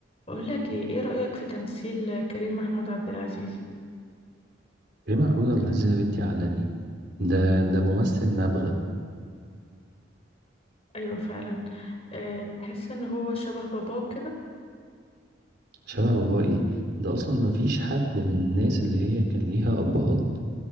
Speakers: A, on the left; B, on the right.
A: بقول لك ايه ايه رأيك في تمثيل كريم محمود عبد العزيز
B: كريم محمود عبد العزيز يا بنتي عالمي ده ده ممثل نابغة
A: ايوه فعلا أه بتحس ان هو شبه باباه كده
B: شبه باباه ايه ده اصلا ما فيش حد من الناس اللي هي كان ليها ابهات